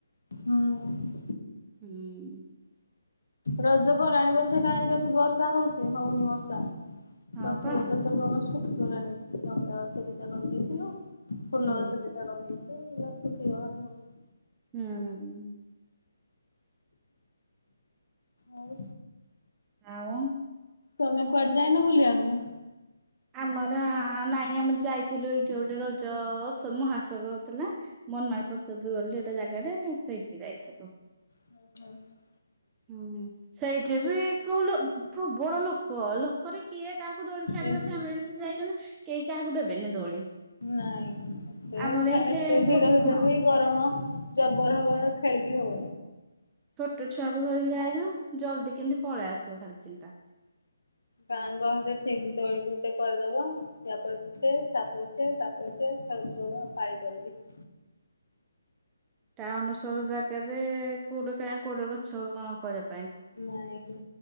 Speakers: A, on the left; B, on the right.
A: ହୁଁ
B: ହୁଁ।
A: ରଜ ଗଲାଣି ବସେ କାଇଁ ବେଶି ବର୍ଷା ହଉଛି ହଉନି ବର୍ଷା।
B: ହଁ
A: ଗଛ
B: ପା
A: ପତ୍ର ସବୁ ଆମର ଶୁଖିଗଲାଣି। ଲଙ୍କା ଗଛ ଦିଇଟା ଲଗେଇଥିଲୁ ଫୁଲ
B: ହୁଁ
A: ଗଛ ଦିଅ ଲଗେଇଛୁ ଏରା ଶୁଖିଗଲାଣି ସବୁ।
B: ହୁଁ।
A: ଆଉ
B: ଆଉ
A: ତମେ କୁଆଡେ ଯାଇନ ବୁଲିବାକୁ?
B: ଆମର ଆ ନାଇଁ ଆମେ ଯାଇଥିଲୁ ଏଇଠି ଗୋଟେ ରଜ ମହାତ୍ସବ ହଉଥିଲା। ମନାର ପ୍ରସାଦ ବୋଲି ଗୋଟା ଜାଗାଟେ ସେଇଠିକି ଯାଇଥିଲୁ।
A: <unintelligible>
B: ହୁଁ ସେଇଠି ବି କୋଉ ପ୍ରବଳ ଲୋକ ଲୋ କରେ କିଏ କାହାକୁ ଦୋଳି ଛାଡିବ
A: ଏ
B: ଫ୍ୟାମିଲି ଯାଇଛନ୍ତି କେହି କାହାକୁ ଦେବେନି ଦୋଳି।
A: ନାଇଁ ଏତେ
B: ଆମର ଏଇଠି
A: ଏତେ ଭିଡ
B: ଗୋ
A: ଭିତରେ
B: ହଁ
A: ବି ଗରମ ଜବର ହବାର ଖେଳି ବି ଆଉ।
B: ଛୋଟ ଛୁଆକୁ ଧରିକି ଯାଇଛ। ଜଲ୍ଦି କେମିତି ପଳେଇ ଆସିବ ଖାଲି ଚିନ୍ତା।
A: ଗାଁ ଗହଳିରେ ଠିକ ଦୋଳି ଗୋଟେ କରିଦବ। ୟା ପରେ ସିଏ ତାପରେ ସେ ତା ସେ ଖେଳୁଥିବ ଆଉ ପାଳି କରିକି।
B: ଟାଉନ ସହର ଜାଗାରେ କୋଉଠି କା କୋଉଠି ଗଛ କଣ କରି
A: ନାଇଁ ହୁଁ